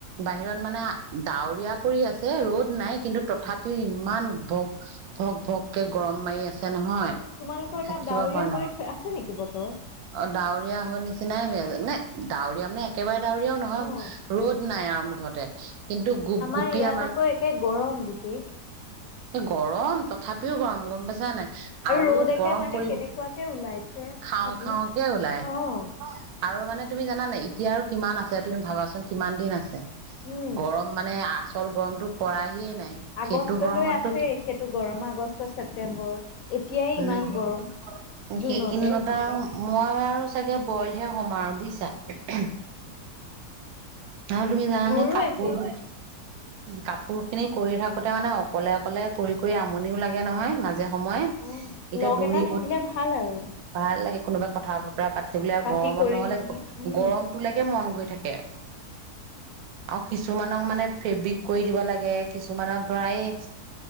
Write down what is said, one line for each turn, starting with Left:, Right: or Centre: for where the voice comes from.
Right: বাহিৰত মানে ডাৱৰীয়া কৰি আছে ৰ'দ নাই কিন্তু তথাপিও ইমান ভক ভককে গৰম মাৰি আছে নহয় ন
Left: তোমালোকৰ
Right: থাকিব
Left: তাত ডাৱৰীয়া
Right: পৰা নাই
Left: কৰি থৈ আছে নেকি বতৰ?
Right: অ ডাৱৰীয়া হৈ নিচিনাই হৈ আছে মানে ডাউৰীয়া মানে একেবাৰে দাওৰিয়ায়ো নহয়
Left: অ'
Right: ৰ'দ নাই আৰু মুঠতে কিন্তু গুপ
Left: আমাৰ
Right: গুপীয়া
Left: ইয়াত আকৌ একে গৰম গুটেই
Right: এ গৰম তথাপিও গৰম গম পেইছা নে নাই আৰু
Left: ৰ'দ একে
Right: গৰম
Left: মানে
Right: পৰি
Left: কেনেকুৱাকে ওলাইছে
Right: খাও
Left: আজি।
Right: খাওঁকে ওলাই
Left: অ'
Right: আৰু মানে তুমি জানানে! এতিয়া আৰু কিমান আছে তুমি ভাবাচোন কিমান দিন আছে।
Left: উম,
Right: গৰম মানে আহ আচল গৰমতটো পৰাই আহিয়ে নাই
Left: আগষ্টলৈ
Right: সেইটো গৰমত
Left: আছে সেইটো গৰম আগষ্ট ছেপ্তেম্বৰ এতিয়াই
Right: উম
Left: ইমান গৰম জুনতে
Right: সেইকিদিনত আৰু মই আৰু চাগে বইলহে সোমাৰ বুজিছা <unintelligible> আৰু তুমি জান
Left: মোৰো
Right: নে কাপোৰ
Left: একেই।
Right: কাপোৰ খিনি কৰি থাকোতে মানে অকলে অকলে কৰি কৰি আমনিও লাগে নহয় মাজে সময় এতিয়া
Left: অ' লগ
Right: দৌৰিব
Left: এটা থাকিলে ভাল আৰু
Right: ভাল লাগে কোনোবা কথা বতৰাা যে বোলে
Left: পাতি
Right: গৰমত
Left: কৰি
Right: নহলে
Left: থাকিবলৈ উম।
Right: গৰমটোলৈকে মন গৈ থাকে আৰু কিছুমানক মানে ফেব্ৰিক কৰি দিব লাগে কিছুমানক ধৰা এই